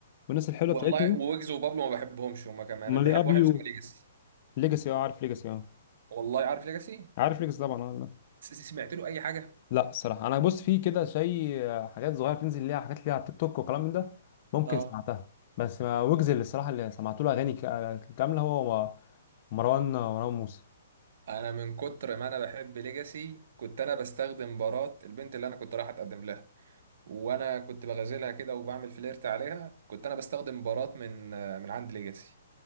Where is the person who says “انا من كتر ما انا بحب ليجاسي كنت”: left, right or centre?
Right